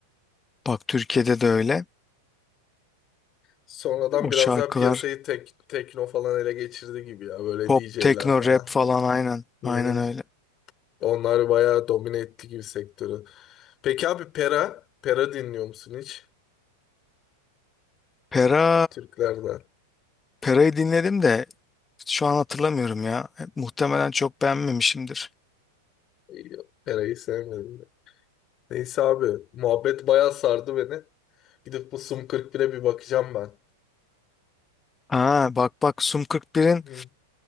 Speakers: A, on the left; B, on the left.
A: Bak Türkiye'de de öyle.
B: Sonradan
A: O
B: biraz
A: şarkılar
B: daha piyasayı tek, tekno falan ele geçirdi gibi ya. Böyle
A: pop,
B: DJ'ler
A: tekno,
B: falan.
A: rap falan aynen.
B: Hı.
A: Aynen öyle.
B: Onlar bayağı domine etti gibi sektörü. Peki abi Pera? Pera dinliyor musun hiç?
A: Pera,
B: Türklerden.
A: Pera'yı dinledim de şu an hatırlamıyorum ya. Muhtemelen çok beğenmemişimdir.
B: İyi, Pera'yı sevmedim. ben. Neyse abi. Muhabbet bayağı sardı beni. Gidip bu Sum 41'e bir bakacağım ben.
A: Ha bak bak Sum 41'in
B: Hı.